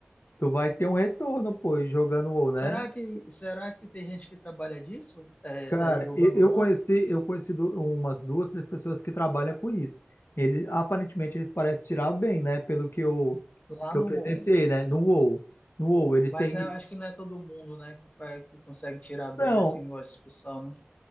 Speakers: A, on the left; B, on the left.
A: Tu vai ter um retorno, pô, jogando WoW, né?
B: Será que, será que tem gente que trabalha disso? É,
A: Cara,
B: é, jogando
A: eu, eu
B: WoW?
A: conheci, eu conheci du- umas duas, três pessoas que trabalham com isso. Ele, aparentemente, eles parecem tirar bem, né? Pelo que eu,
B: Lá
A: que
B: no
A: eu presenciei,
B: WoW.
A: né? No WoW. No WoW, eles
B: Mas
A: têm.
B: né, acho que não é todo mundo, né, que faz, que consegue tirar bem
A: Então,
B: assim igual esse pessoal, né?